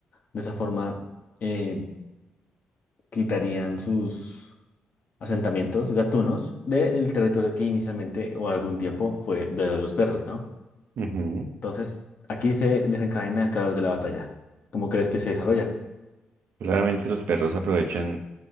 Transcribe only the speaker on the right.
ujú.
Claramente los perros aprovechan